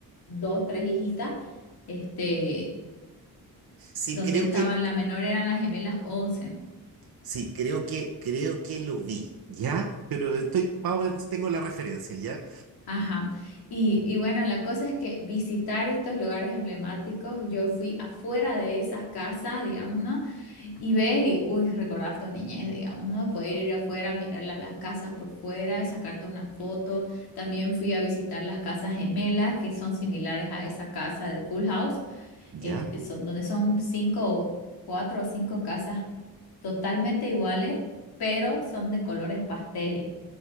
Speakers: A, on the left; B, on the right.
A: dos, tres hijitas, este,
B: Sí,
A: donde
B: creo
A: estaba
B: que,
A: la menor eran las gemelas Olsen.
B: sí, creo que, creo que lo vi. Ya, pero estoy, más o menos tengo la referencia, ¿ya?
A: Ajá. Y, y bueno, la cosa es que visitar estos lugares emblemáticos, yo fui afuera de esas casas, digamos, ¿no? Y ves y, uy, recordás tu niñez, digamos, ¿no? Poder ir afuera, mirar la- las casas por fuera, sacarte una foto. También fui a visitar las casas gemelas, que son similares a esa casa de Full House.
B: ¿Ya?
A: este, son donde son cinco, o- cuatro o cinco casas totalmente iguales, pero son de colores pasteles.